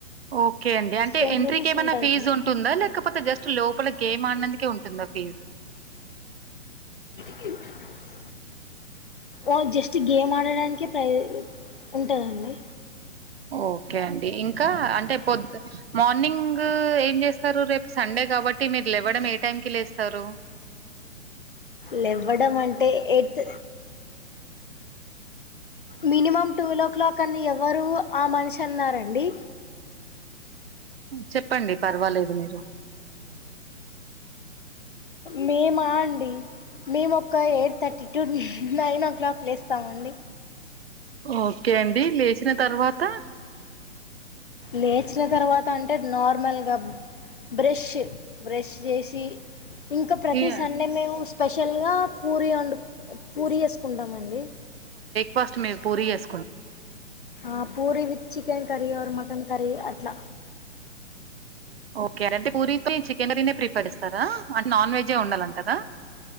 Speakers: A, on the right; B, on the left.
A: ఓకే అండి అంటే
B: టెన్
A: ఎంట్రీకి
B: రూపీస్
A: ఏమైనా
B: ఉంటుందండి
A: ఫీజు ఉంటుందా లేకపోతే జస్ట్ లోపల గేమ్ ఆనది ే ఉంటుందా ఫీజు
B: న్స్ ఓ జస్ట్ గేమ్ ఆడడానికే ప్రై ఉంటుందండి
A: ఓకే అండి ఇంకా అంటే పొద్ మార్నింగ్ ఏం చేస్తారు రేపు సండే కాబట్టి మీరులు ఇవ్వడం ఏ టైం కి లేస్తారు
B: లేవ్వడం అంటే ఎత్ మినిమం ట్వెల్వ్ ఓ క్లాక్ అని ఎవరు ఆ మనిషి అన్నారంండి
A: చెప్పండి పర్వాలేదు మీరు
B: మేము అండి మేము ఒక eight thirty to nine o'clock లేస్తామండి
A: ఓకే అండి లేచిన తర్వాత
B: లేచిన తర్వాత అంటే నార్మల్గా బ్రష్ బ్రష్ చేసి ఇంకా ప్రతి
A: ఇగ
B: సండే మేము స్పెషల్ గా పూరి వండు పూరి వేసుకుంటామండి
A: ఫస్ట్ మీేము పూరి చేసుకుంటాం
B: ఆ puri with chicken curry or mutton curry అట్లా
A: ఓకే అంటే పూరి కి చికెన్ ర్రీనే ప్రిఫర్ చేస్తారా అంటే నాన్ వెజ్జే ఉండాలంటదా